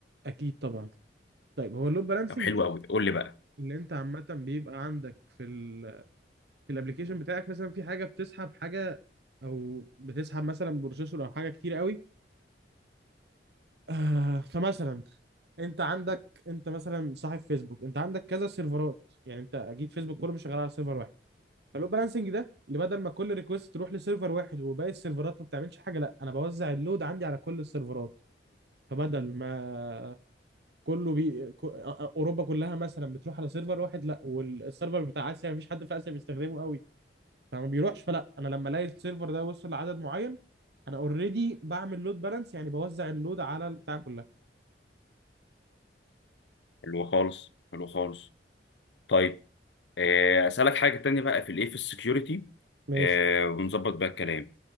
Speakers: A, on the right; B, on the left.
A: اكيد طبعا طيب هو اللود بالانسنج
B: طب حلو
A: ده
B: قوي قول لي بقى
A: اللي انت عامه بيبقى عندك في ال في الابلكيشن بتاعك مثلا في حاجه بتسحب حاجه او بتسحب مثلا بروسيسور او حاجه كتير قوي آه فمثلا انت عندك انت مثلا صاحب فيسبوك انت عندك كذا سيرفرات يعني انت اكيد فيسبوك كله مش شغال على سيرفر واحد فاللود بالانسنج ده اللي بدل ما كل ريكوست تروح لسيرفر واحد وباقي السيرفرات ما بتعملش حاجه لا انا بوزع اللود عندي على كل السيرفرات فبدل ما كله بي... ك- اوروبا كلها مثلا بتروح على سيرفر واحد لا والسيرفر بتاع اسيا مفيش حد في اسيا بيستخدمه قوي فما بيروحش فلا انا لما الاقي السيرفر ده وصل لعدد معين انا اوريدي بعمل لود بالانس يعني بوزع اللود على البتاع كلها
B: حلو خالص حلو خالص طيب آه، اسالك حاجه تانية بقى في الايه في السكيورتي
A: ماشي
B: آه، ونظبط بقى الكلام